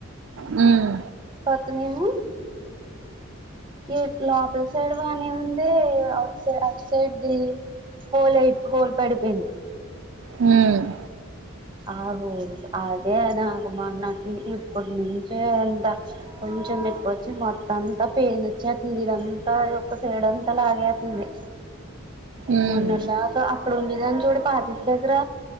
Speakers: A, on the right (about 70°); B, on the right (about 20°).
A: ఉమ్
B: క్కనేేను ఈ లోపల సైడ్ బాగానే ఉంది అఔట్ సై అఔట్ సైడ్ ఇ హోల్ ఎక్కువ హోల్ పడిపోయింది
A: హ్మ్మ్
B: ఆహో అదే నాకు మొన్నటునుంచే ఇప్పటి నుంచే అంత కొంచెం నప్పొచ్చి మొత్తం అంతా పెయిన్ వచ్చేంది ఇదంతా ఒక సైడ్ అంతా లాగేతుంది
A: ఉమ్
B: మొన్నటిదాకా రోన్నీజను జుడు పాతిక దగర